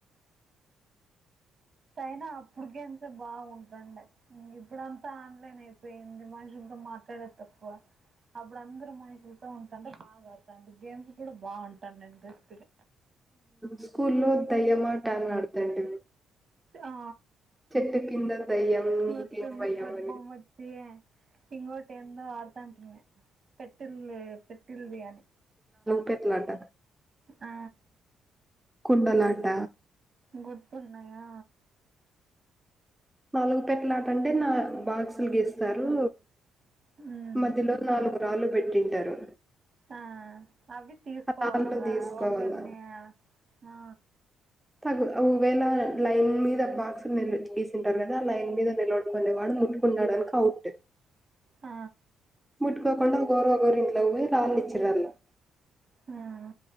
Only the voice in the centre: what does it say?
స్కూల్లో దయ్యమాట అన్ ఆడుతండి.
చెట్టు కింద దయ్యం నీకేం
భయం
అని
పెట్లాట.
కుండలాట.
నాలుగుపేట్టల ఆటంటే నాలుగు బాక్సులు గీస్తారు.
మధ్యలో నాలుగు రాళ్ళు పెట్టింటారు.
ఆ రాళ్ళు తీసుకోవాల
తగు ఒకవేలా లైన్ మీద బాక్స్ ను వీళ్ళు తీసి ఉంటారు కదా ఆ లైన్ మీద నిలవడబండేవాడు ముట్టుకున్నాడనుకో ఔట్.
ముట్టుకోకుండా ఒకోరు ఒకోరు ఇంట్లో పోయి రాళ్ళు ఇచ్చిరాలా.